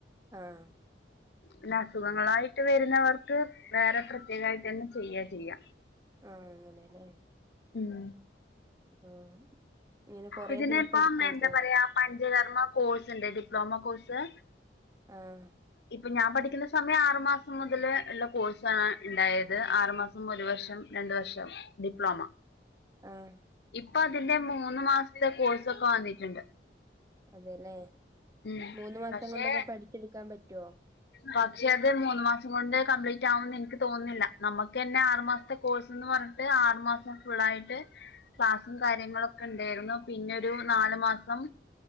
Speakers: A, on the right; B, on the left.
A: ആഹ്
B: പിന്നെ അസുഖങ്ങളായിട്ട് വരുന്നവർക്ക് വേറെ പ്രത്യേകായിട്ടന്നെ ചെയ്യേ ചെയ്യ
A: ആഹ് അങ്ങനെല്ലേ
B: ഉം.
A: ആഹ് ഇങ്ങനെ കൊറേ
B: ഇതിനിപ്പം
A: ദിവസം എടുക്കോ
B: എന്താ
A: ഇത്
B: പറയാ പഞ്ചകർമ്മ കോഴ്സ്ണ്ട് ഡിപ്ലോമ കോഴ്സ്
A: ആഹ്
B: ഇപ്പൊ ഞാൻ പഠിക്കുന്ന സമയം ആറുമാസം മുതല് ഇള്ള കോഴ്സാണ് ഇണ്ടായത് ആറു മാസ സം ഒരു വർഷം രണ്ട് വർഷം ഡിപ്ലോമ.
A: ആഹ്
B: ഇപ്പൊ അതിന്റെ മൂന്ന് മാസത്തെ കോഴ്സ് ഒക്കെ വന്നിട്ടുണ്ട്.
A: അതെല്ലേ
B: ഉം
A: മൂന്ന് മാസം
B: പക്ഷെ
A: കൊണ്ടൊക്ക പഠിച്ചെടുക്കാൻ പറ്റൊ?
B: പക്ഷെ അത് മൂന്ന് മാസം കൊണ്ട് കംപ്ലീറ്റ് ആവുംന്ന് എനിക്ക് തോന്നുന്നില്ല നമ്മക്കന്നെ ആറുമാസത്തെ കോഴ്സ്ന്ന് പറഞ്ഞിട്ട് ആറു മാസം ഫുള്ളായിട്ട് ക്ലാസും കാര്യങ്ങളൊക്കെ ഇണ്ടായിരുന്നു പിന്നെ ഒരു നാലു മാസം